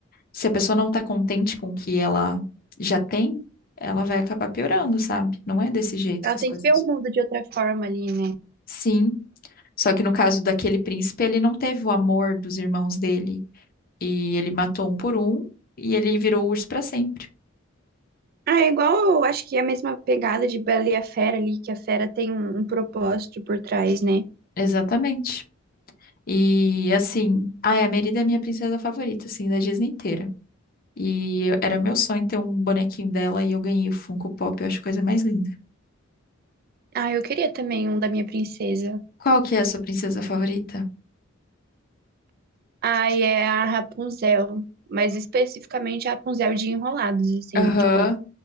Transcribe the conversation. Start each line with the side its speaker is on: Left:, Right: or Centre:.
Left: se a pessoa não tá contente com o que ela já tem, ela vai acabar piorando, sabe? Não é desse jeito
Right: Ela
Left: que as
Right: tem
Left: coisas.
Right: que ver o mundo de outra forma ali, né?
Left: Sim, só que no caso daquele príncipe, ele não teve o amor dos irmãos dele e ele matou um por um e ele virou urso pra sempre.
Right: Ah, é igual, eu acho que é a mesma pegada de Bela e a Fera ali, que a fera tem um, um propósito por trás, né?
Left: Exatamente. E assim, ai, a Merida é minha princesa favorita, assim, da Disney inteira. E eu- era meu sonho ter um bonequinho dela e eu ganhei o Funko Pop, eu acho a coisa mais linda.
Right: Ah, eu queria também um da minha princesa.
Left: Qual que é a sua princesa favorita?
Right: Ai, é a Rapunzel, mas especificamente a Rapunzel de Enrolados, assim,
Left: Aham.
Right: tipo,